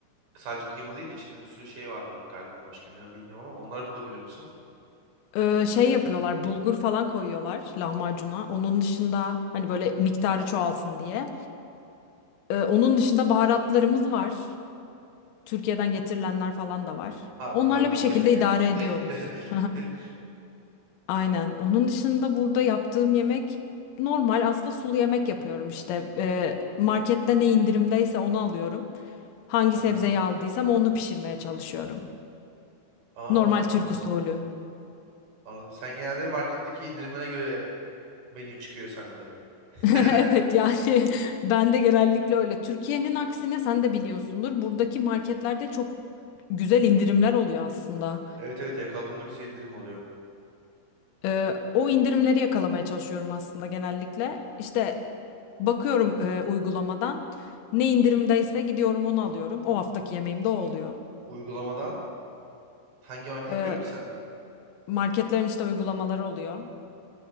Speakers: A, on the right; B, on the left.
A: Sadece kıyma değil de içinde bir sürü şey vardı galiba başka ne bilmiyorum ama onları bulabiliyor musun?
B: e, şey yapıyorlar bulgur falan koyuyorlar lahmacuna. Onun dışında hani böyle miktarı çoğalsın diye. Ee, onun dışında baharatlarımız var. Türkiye'den getirilenler falan da var.
A: Ha
B: Onlarla
A: onlar da Türkiye'den
B: bir şekilde
A: geldi.
B: idare ediyoruz. <laughs>
A: <laughs>
B: Aynen. Onun dışında burada yaptığım yemek normal aslında sulu yemek yapıyorum işte. Ee, markette ne indirimdeyse onu alıyorum. Hangi
A: Aha.
B: sebzeyi aldıysam onu pişirmeye çalışıyorum.
A: Aa,
B: Normal Türk usulü.
A: anladım. Sen genelde marketteki indirimlere göre menü çıkıyor sende. <laughs>
B: <laughs> Evet yani <laughs> ben de genellikle öyle. Türkiye'nin aksine sen de biliyorsundur. Buradaki marketlerde çok güzel indirimler oluyor aslında.
A: Evet evet yakaladığında güzel indirim oluyor.
B: Ee, o indirimleri yakalamaya çalışıyorum aslında genellikle. İşte bakıyorum e, uygulamadan ne indirimdeyse gidiyorum onu alıyorum. O haftaki yemeğim de o oluyor.
A: Uygulamadan hangi markete
B: Ee,
A: gidiyorsun ki sen?
B: marketlerin işte uygulamaları oluyor.